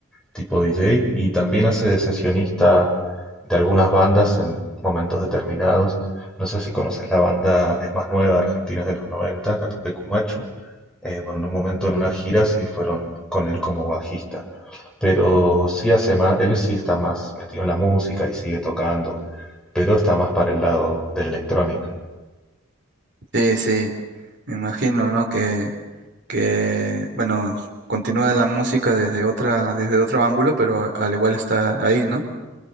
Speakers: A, in the centre; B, on the right.
A: tipo DJ y también hace de sesionista de algunas bandas en momentos determinados. No sé si conoces la banda, es más nueva, Argentina es de los 90, Catupecu Machu. Eh, bueno, en un momento en una gira sí fueron con él como bajista, pero sí hace más, él sí está más metido en la música y sigue tocando, pero está más para el lado del electrónica.
B: Sí, sí, me imagino, ¿no? Que, que bueno, continúa la música desde otra, desde otro ángulo, pero al igual está ahí, ¿no?